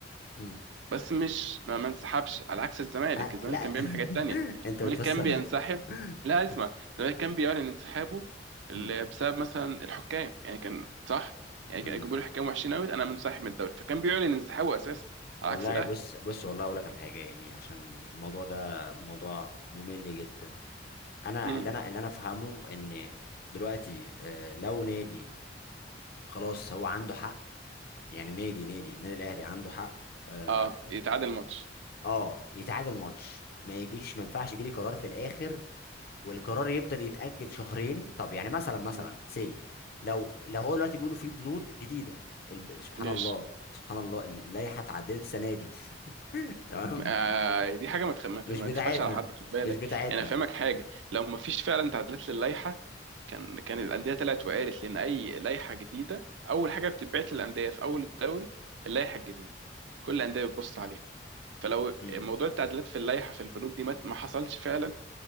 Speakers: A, on the left; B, on the right.
A: امم
B: بس مش ما, ما انسحبش على عكس الزمالك
A: آه
B: الزمالك
A: لا
B: كان بيعمل حاجات تانية
A: <laughs> انت
B: الزمالك
A: بتفسر
B: كان بينسحب
A: <laughs>
B: لا اسمع الزمالك كان بيعلن انسحابه ال-
A: امم
B: بسبب مثلا الحكام يعني كان صح يعني
A: امم
B: كان جمهور الحكام وحشين قوي انا منسحب من الدوري فكان بيعلن انسحابه اساسا على
A: والله
B: عكس الاهلي
A: بص بص والله اقول لك على حاجه يعني عشان الموضوع ده موضوع ممل جدا انا
B: امم
A: اللي انا اللي انا افهمه ان دلوقتي آه، لو نادي خلاص هو عنده حق يعني نادي نادي النادي الاهلي عنده حق اه
B: اه
A: ف-
B: يتعادل الماتش
A: آه، يتعادل ماتش ما يجيش ما ينفعش يجي لي قرار في الاخر والقرار يفضل يتاجل شهرين طب يعني مثلا مثلا
B: تمام
A: سي لو لو هو دلوقتي بيقولوا في بنود جديده الب... سبحان
B: ماشي
A: الله سبحان الله اللائحه اتعدلت السنه دي <laughs> تمام
B: آه دي حاجه ما تخ... ما ت-
A: مش
B: ما
A: بتاعتنا
B: تخفاش على حد خد بالك
A: مش بتاعتنا
B: يعني افهمك حاجه لو ما فيش فعلا تعديلات للائحه كان كان الانديه طلعت وقالت لان اي لائحه جديده اول حاجه بتتبعت للانديه في اول الدوري اللائحه الجديده كل الانديه بتبص عليها فلو
A: امم
B: موضوع التعديلات في اللائحه في البنود دي ما ما حصلش فعلا